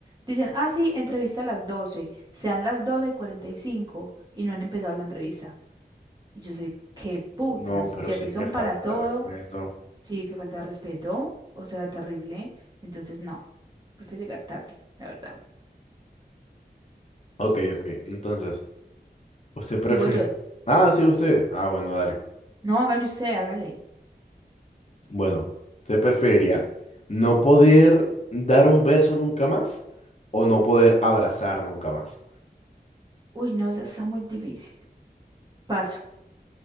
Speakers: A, on the right; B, on the left.
A: Dicen, ah, sí, entrevista a las 12, sean las 12 y 45 y cinco y no han empezado la entrevista. Y yo soy, qué putas,
B: No, pero
A: si
B: sí
A: así son
B: que falta
A: para todo,
B: de respeto.
A: sí, que falta de respeto, o sea, terrible. Entonces, no, prefiero llegar tarde, la verdad.
B: Ok, ok. Entonces, ¿usted prefiere?
A: Digo yo,
B: Ah, sí, usted. Ah, bueno, dale.
A: no, hágale usted, hágale.
B: Bueno, ¿usted preferiría no poder dar un beso nunca más o no poder abrazar nunca más?
A: Uy, no, esa está muy difícil. Paso.